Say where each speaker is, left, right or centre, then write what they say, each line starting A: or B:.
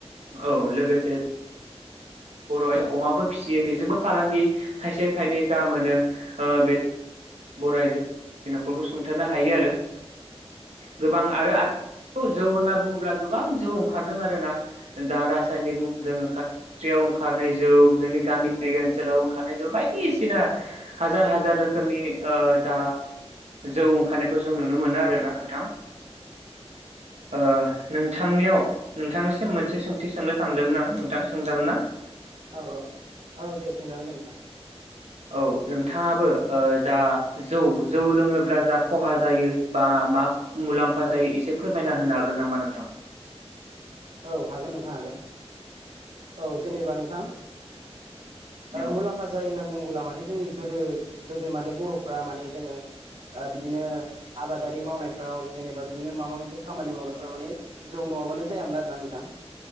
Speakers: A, on the right (about 80°); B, on the right (about 65°).
A: औ लोगोसे बर' अमाबो फिसियो बेजोंबो फालांगि थाइसे थाइनै जा मोनो ओ बेजोंनो बर' आइजोफोर न'खरखौ सुंथारानो हायो आरो गोबां आरो आथ जौ होन्ना बुङोब्ला गोबां जौ ओंखारदों आर ना दा रासायनिक मुलिजों ओंखार याव ओंखारनाय जौ जोंनि गामियारि ओनसोलाव ओंखारनाय जौ बायदिसिना हाजार हाजार रोखोम रोखोमनि ओ जा जौ ओंखारनायखौ जों नुनो मोनो आरोना नोंथां ओ नोंथांनियाव नोंथांनिसिम मोनसे सोंथि सोंनो सानदोंमोन आं नोंथां सोंजागोन ना
B: औ औ औ दे सोंजागोन दे नोंथां
A: औ नोंथाङाबो ओ जा जौ जौ लोङोब्ला जा खहा जायो बा मा? मुलाम्फा
B: औ
A: जायो एसे फोरमायना होनो हागोन नामा नोंथां?
B: औ हागोन नोंथां हागोन औ जेनेबा नोंथां। ओ
A: औ
B: मुलाम्फा जायो होनना बुङोब्ला माने जोंनि गोदो गोदो माने बर'फ्रा माने जोङो ओ बिदिनो आबादारि मावनायफ्राव जेनेबा बिदिनो माबा मोनसे खामानि मावनायफ्राव मानानि जौ नङाबानो जायामोन आरोना नोंथां